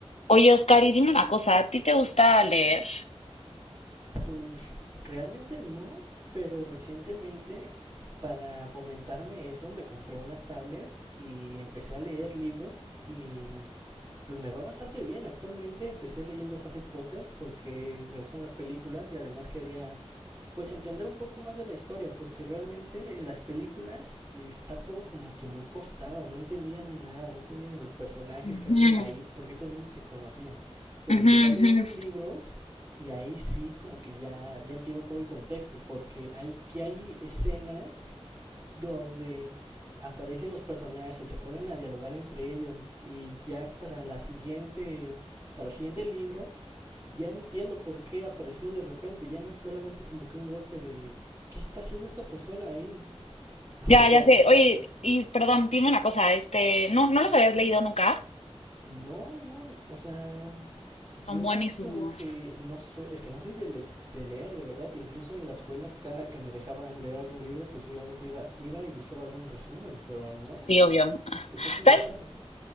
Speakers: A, on the left; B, on the right.
A: Oye, Oscar, y dime una cosa, ¿a ti te gusta leer?
B: Pues realmente no, pero recientemente para fomentarme eso me compré una tablet y empecé a leer libros y pues me va bastante bien. Actualmente empecé leyendo Harry Potter porque me gustan las películas y además quería pues entender un poco más de la historia porque realmente en las películas está todo como que muy cortado, no entendía nada, no entendía ni los personajes
A: Ujú,
B: que hacían ahí, porque todo el mundo se conocía. Pero
A: ujú,
B: empecé a leer
A: ujú.
B: los libros y ahí sí, como que ya, ya entiendo todo el contexto, porque hay que hay escenas donde aparecen los personajes, se ponen a dialogar entre ellos y ya para la siguiente, para el siguiente libro, ya entiendo por qué apareció de repente, ya no es solamente como que un golpe de ¿qué está haciendo esta persona ahí? <laughs>
A: Ya,
B: O sea,
A: ya sé. Oye, y perdón, dime una cosa, este, ¿no, no los habías leído nunca?
B: No, no, o sea, yo
A: Son buenísimos.
B: como que no soy, es que no soy de, lec- de leer, de verdad, incluso en la escuela cada que me dejaban leer algún libro, pues obviamente iba, iba y buscaba algún resumen, pero no, no,
A: Sí,
B: no,
A: obvio.
B: estoy comenzando.
A: ¿Sabes
B: ¿no?